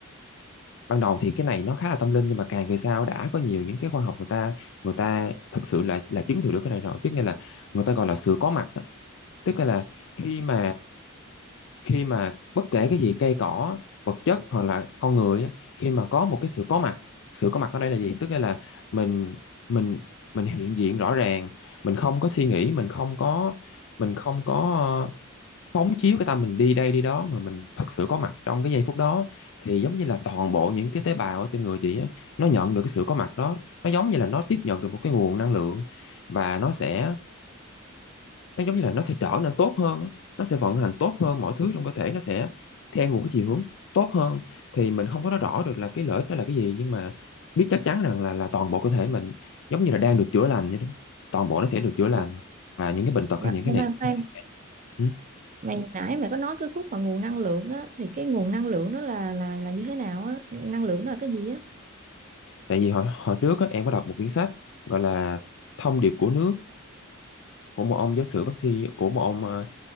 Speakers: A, on the left; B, on the right.
A: ban đầu thì cái này nó khá là tâm linh nhưng mà càng về sau đã có nhiều những cái khoa học người ta người ta thực sự là là chứng thử được cái này rồi tức nghĩa là người ta gọi là sự có mặt đó. tức nghĩa là khi mà khi mà bất kể cái gì cây cỏ vật chất hoặc là con người á, khi mà có một cái sự có mặt sự có mặt ở đây là gì tức nghĩa là mình mình mình hiện diện rõ ràng mình không có suy nghĩ mình không có mình không có phóng chiếu cái tâm mình đi đây đi đó mà mình thật sự có mặt trong cái giây phút đó thì giống như là toàn bộ những cái tế bào ở trên người chị á nó nhận được cái sự có mặt đó nó giống như là nó tiếp nhận được một cái nguồn năng lượng và nó sẽ nó giống như là nó sẽ trở nên tốt hơn á. nó sẽ vận hành tốt hơn mọi thứ trong cơ thể nó sẽ theo một cái chiều hướng tốt hơn thì mình không có nói rõ được là cái lợi ích đó là cái gì nhưng mà biết chắc chắn rằng là là toàn bộ cơ thể mình giống như là đang được chữa lành vậy đó toàn bộ nó sẽ được chữa lành
B: Ờ,
A: và những cái bệnh tật
B: mà
A: hay những
B: khoan
A: cái này
B: khoan
A: nó sẽ ừ.
B: mày nãy mày có nói cái khúc mà nguồn năng lượng á thì cái nguồn năng lượng đó là là là như thế nào á năng lượng đó là cái gì á
A: tại vì hồi hồi trước á, em có đọc một quyển sách gọi là Thông điệp của nước của một ông giáo sư bác sĩ của một ông ờ,